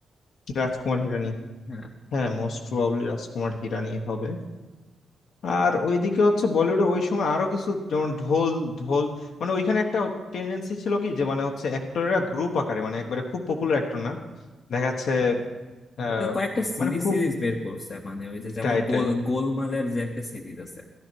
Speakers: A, on the left (about 70°); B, on the left (about 35°).
A: রাজকুমার হিরানি
B: হ্যাঁ
A: হ্যাঁ মোস্ট প্রবাবলি রাজকুমার হিরানি হবে আর ওইদিকে হচ্ছে বলিউডে ওই সময় আরো কিছু যেমন ঢোল ঢোল মানে ওইখানে একটা টেন্ডেন্সি ছিল কি যে মানে হচ্ছে অ্যাক্টরেরা গ্রুপ আকারে মানে একবারে খুব পপুলার অ্যাক্টর না দেখা যাচ্ছে আহ,
B: ওদের কয়েকটা সিরিজ
A: মানে খুব
B: সিরিজ বের করছে মানে ওই যে যেমন
A: রাইট
B: গোল
A: রাইট
B: গোলমালের যে একটা সিরিজ আছে